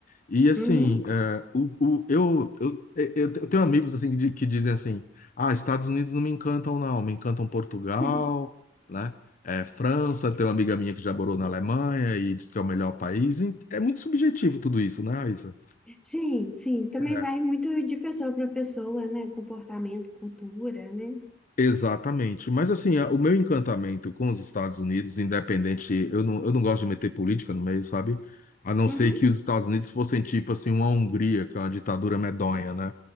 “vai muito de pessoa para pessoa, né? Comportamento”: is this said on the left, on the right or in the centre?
Centre